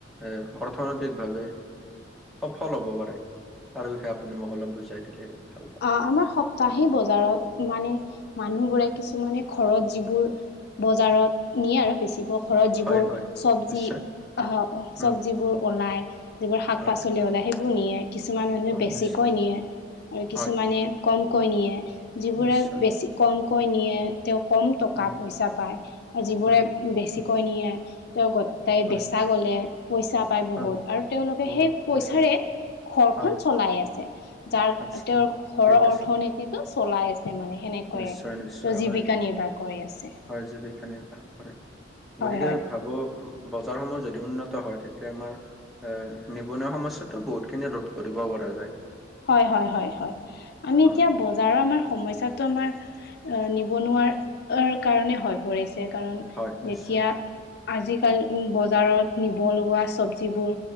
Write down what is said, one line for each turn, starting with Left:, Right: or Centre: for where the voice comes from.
Centre: এ অৰ্থনৈতিক ভাৱে, সফল হ'ব পাৰে তাৰ বিষয়ে আপুনি মোক অলপ বুজাই দিলে ভাল। পাম।
Left: অ আমাৰ সপ্তাহেই বজাৰত মানে মানুহ বোৰে কিছুমানে ঘৰত যিবোৰ। বজাৰত নিয়ে আৰু বেচিব, ঘৰত যিবোৰ
Centre: হয়, হয়,
Left: চবজি
Centre: নিশ্চয়।
Left: আহ
Centre: উম,
Left: চবজিবোৰ ওলাই। যিবোৰ শাক
Centre: হয়,
Left: পাচলি ওলাই সেইবোৰ নিয়ে কিছুমান মানুহে
Centre: হয়,
Left: বেছিকৈ
Centre: নিশ্চয়।
Left: নিয়ে। আৰু কিছুমানে
Centre: হয়,
Left: কমকৈ নিয়ে যিবোৰে
Centre: নিশ্চয়।
Left: বেছি কমকৈ নিয়ে। তেওঁ কম টকা
Centre: উম,
Left: পইচা পায় আৰু যিবোৰে
Centre: হয়,
Left: বেছিকৈ নিয়ে। তেওঁ গোটাই
Centre: হয়,
Left: বেচা গলে পইচা, পায় বহুত
Centre: হয়,
Left: আৰু তেওঁলোকে
Centre: বহুত
Left: সেই পইচাৰে
Centre: পইচা
Left: ঘৰখন
Centre: হয়,
Left: চলাই আছে। যাৰ
Centre: আচ্ছা
Left: তেওঁৰ ঘৰৰ
Centre: ঠিক
Left: অৰ্থনীতিটো
Centre: আছে।
Left: চলাই আছে মানে। সেনেকৈয়ে
Centre: নিশ্চয়, নিশ্চয়।
Left: তেওঁ জীৱিকা
Centre: হয়, হয়,
Left: নিৰ্বাহ কৰি আছে।
Centre: হয়, জীৱিকা নিৰ্বাহ কৰে।
Left: হয়
Centre: গতিকে
Left: হয়।
Centre: ভাবো বজাৰ সমূহ যদি উন্নত হয় তেতিয়া আমাৰ, এ নিবনুৱা সমস্যাতটো বহুত খিনি ৰোধ কৰিব পৰা যায়।
Left: হয় হয় হয় হয় আমি
Centre: হয়,
Left: এতিয়া বজাৰৰ আমাৰ সমস্যাত, তোমাৰ অ, নিবনুৱা কাৰণে হৈ পৰিছে। কাৰণ
Centre: হয় নিশ্চয়।
Left: যেতিয়া আজিকালি বজাৰত নিব লগা চবজিবোৰ,